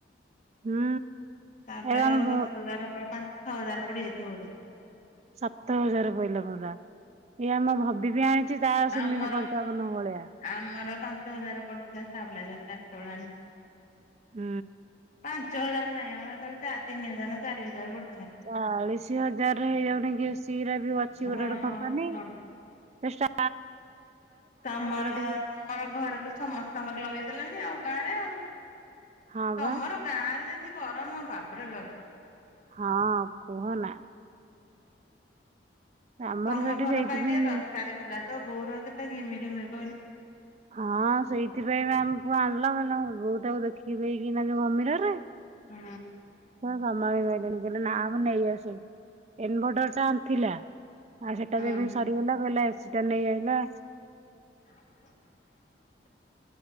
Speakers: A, on the right; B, on the left.
A: ହୁଁ।
B: ଷ୍ଟାବ୍
A: ଏ
B: ଲାଇଜ଼ର୍
A: ଆମ
B: ଦଶ ହଜାର ବା ପାଞ୍ଚ ଛ ହଜାର ପଡ଼ିଯାଇଥିବ ବୋଧେ!
A: ସାତ ହଜାର ପହିଲା ପୁରା। ଏଇ ଆମ ଭବି ବି ଆଣିଛି। ଚି ତାର ସେମିତି
B: ଆମର
A: ପଞ୍ଚାବନ ଭଳିଆ।
B: ଆମର ପାଞ୍ଚ ହଜାର ପଡ଼ଥିଲା ଷ୍ଟାବ୍ ଲାଇଜ଼ର ଟା ହେତେବେଳ ଆଣି
A: ହୁଁ।
B: ପାଞ୍ଚ ହଜାର ନାହିଁ। ଆମର ହେତେବେଳେ ଚା ତିନି ହଜାର ଚାରି ହଜାର ପଡ଼
A: ଚାଳିଶ ହଜାର ରେ ହେଇଯାଉନିକି ଏ ସି ରା ବି ଅଛି,
B: ହଁ
A: ଗୋଟେ ଗୋଟେ କମ୍ପାନୀ।
B: ହଁ।
A: ଷ୍ଟ
B: ତମର!
A: ଟିକେ
B: ତମର ଘରେ ତ ସମସ୍ତଙ୍କର ଲଗେଇଦେଲେ। ଆଉ, ଗାଁ ରେ ଆଉ।
A: ହଁ ବା
B: ତମର ଗାଁ ରେ ଯେମିତି ଗରମ ବାବ୍ ରେ ବାବ୍
A: ହଁ କୁହନା। ଆମର
B: ତମ
A: ସେଠି
B: ଘର
A: ସେଇଥିପାଇଁ
B: ପାଇଁ ଟିକେ ଦରକାର ଥିଲା। ତୋ ବୋଉର କେତେ ଘିମିରି ହୁଏ କହିଲୁ?
A: ହଁ, ସେଇଥିପାଇଁ ବା ଆମ ପୁଅ ଆଣିଲା। କହିଲା ମୋ ବୋଉଟାକୁ ଦେଖିବି କିନା ଯଉ ଘମିରରେ
B: ହୁଁ।
A: <unintelligible> ନା ଆମେ ନେଇ ଆସିବୁ। ଇନଭର୍ଟର ଟା ଥିଲା। ଆଉ ସେଟା
B: ହୁଁ।
A: ଯେମିତି ସରିଗଲା କହିଲା ଏସିଟା ନେଇ ଆଇଲା
B: <inaudible>